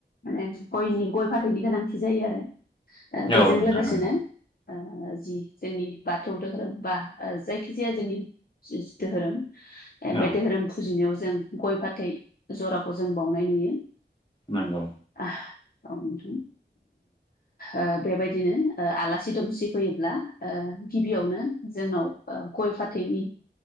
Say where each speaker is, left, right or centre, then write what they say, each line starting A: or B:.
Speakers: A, on the left; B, on the left.
A: माने गयनि गय फाथैनि गोनांथि जायो आरो ओ
B: औ
A: बेजों
B: नोंथां
A: लोगोसेनो
B: नंगौ
A: ओ जि जोंनि बाथौ धोहोरोम बा जायखि जाया जोंनि जि धोरोम बे
B: औ
A: धोरोम फुजिनायाव जों गय फाथै जराखौ जों बावनाय नुयो।
B: नोंगौ।
A: - औ नोंथां ओ बेबायदिनो ओ आलासि दुमसि फैयोब्ला ओ गिबियावनो जोंनाव ओ गय फाथैनि